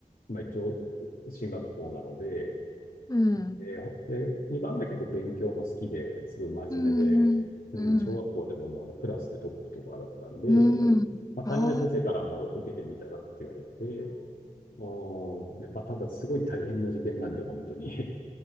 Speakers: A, on the left; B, on the left.
A: まあ一応、進学校なので、
B: うん。
A: で、で、2番目は結構勉強も好きで、すごい真面目で、
B: うん。
A: うん、
B: うん。
A: 小学校でもまああのクラスでトップとかだったんで、
B: うん。
A: まあ担任の先生からも受けてみたらって言われて、
B: あ、
A: うん、で、まあただすごい大変な受験なんで、本当に。